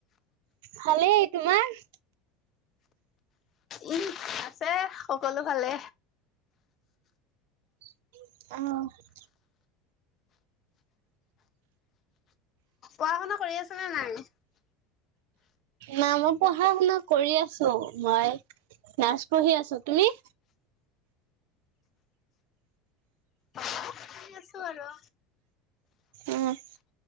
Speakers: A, on the right; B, on the left.
A: ভালেই তোমাৰ?
B: উম, আছে সকলো ভালে।
A: অ'।
B: পঢ়া-শুনা কৰি আছা নে নাই?
A: না মই পঢ়া-শুনা কৰি আছোঁ মই ৰ্নাচ পঢ়ি আছোঁ। তুমি?
B: <inaudible> আছোঁ আৰু।
A: অ',